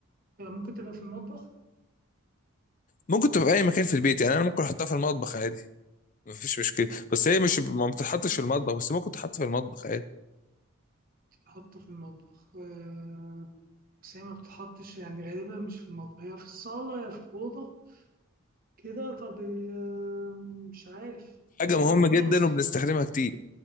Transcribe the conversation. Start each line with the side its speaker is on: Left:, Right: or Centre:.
Right: أه، ممكن تبقى في المطبخ
Left: ممكن تبقى في اي مكان في البيت يعني انا ممكن احطها في المطبخ عادي مفيش مشكلة بس هي مش ما بتتحطش في المطبخ بس ممكن تحط في المطبخ عادي
Right: أحط في المطبخ أه بس هي ما بتحطش يعني غالبا مش في المطبخ هي في الصالة يا في الأوضة كده طب ال- مش عارف
Left: حاجة مهمة
Right: طيب خلاص
Left: جدا وبنستخدمها كتير